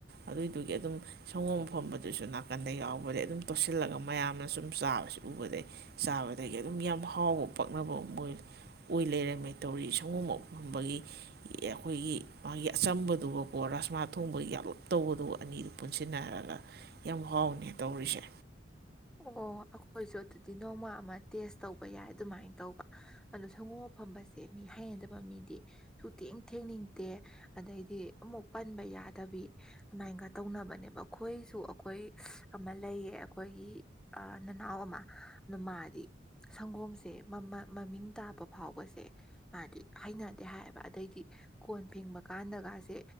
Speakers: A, on the right; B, in the centre.
A: ꯑꯗꯨꯏꯗꯨꯒꯤ ꯑꯗꯨꯝ ꯁꯪꯒꯣꯝ ꯑꯐꯝꯕꯗꯨꯁꯨ ꯅꯥꯀꯟꯗ ꯌꯥꯎꯕꯗꯒꯤ ꯑꯗꯨꯝ ꯇꯣꯁꯤꯜꯂꯒ ꯃꯌꯥꯝꯅ ꯁꯨꯝ ꯆꯥꯕꯁꯤ ꯎꯕꯗꯩ ꯆꯥꯕꯗꯒꯤ ꯑꯗꯨꯝ ꯌꯥꯝ ꯍꯥꯎꯕ ꯄꯛꯅꯕ ꯑꯃ ꯑꯣꯏ ꯂꯩꯔꯝꯃꯦ ꯇꯧꯔꯤ ꯁꯪꯒꯣꯝ ꯐꯝꯕꯒꯤ ꯌꯦ ꯑꯩꯈꯣꯏꯒꯤ ꯃꯥꯒꯤ ꯑꯆꯝꯕꯗꯨꯒꯀꯣ ꯔꯥꯁꯃꯥ ꯊꯣꯡꯕꯒꯤ ꯌꯥꯝꯂꯞ ꯇꯧꯕꯗꯨꯕ ꯑꯅꯤꯗꯨ ꯄꯨꯟꯁꯤꯟꯅꯔꯒ ꯌꯥꯝ ꯍꯥꯎꯅꯦ ꯇꯧꯔꯤꯁꯦ
B: ꯑꯣ ꯑꯩꯈꯣꯏꯁꯨ ꯑꯗꯨꯗꯤ ꯅꯣꯡꯃ ꯑꯃ ꯇꯦꯁ ꯇꯧꯕ ꯌꯥꯏ ꯑꯗꯨꯃꯥꯏꯅ ꯇꯧꯕ ꯑꯗꯣ ꯁꯪꯒꯣ ꯑꯐꯝꯕꯁꯦ ꯃꯤ ꯍꯥꯏꯅꯗꯕ ꯃꯤꯗꯤ ꯁꯨ ꯊꯦꯡ ꯊꯦꯡꯅꯤꯡꯗꯦ ꯑꯗꯩꯗꯤ ꯑꯃꯨꯛ ꯄꯟꯕ ꯌꯥꯗꯕꯤ ꯑꯗꯨꯃꯥꯏꯒ ꯇꯧꯅꯕꯅꯦꯕ ꯑꯩꯈꯣꯏꯁꯨ ꯑꯩꯈꯣꯏ ꯑꯃ ꯂꯩꯌꯦ ꯑꯩꯈꯣꯏꯒꯤ ꯑꯥ ꯅꯅꯥꯎ ꯑꯃ ꯅꯨꯃꯥꯏꯗꯤ ꯁꯪꯒꯣꯝꯁꯦ ꯃꯃꯤꯡ ꯇꯥꯕ ꯐꯥꯎꯕꯁꯦ ꯃꯥꯗꯤ ꯍꯩꯅꯗꯦ ꯍꯥꯏꯌꯦꯕ ꯑꯗꯩꯗꯤ ꯀꯣꯟ ꯐꯦꯡꯕ ꯀꯥꯟꯗꯒꯁꯦ